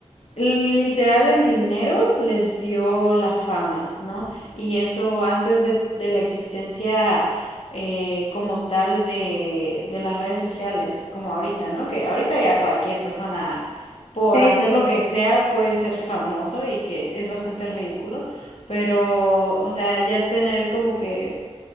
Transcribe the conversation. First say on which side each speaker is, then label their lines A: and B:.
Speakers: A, on the left; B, on the left.
A: Literal, el dinero les dio la fama, ¿no? Y eso antes de, de la existencia eh, como tal de, de las redes sociales, como ahorita, ¿no? Que ahorita ya cualquier persona, por
B: Sí,
A: hacer
B: sí,
A: lo
B: sí.
A: que sea, puede ser famoso y que es bastante ridículo, pero, o sea, ya tener como que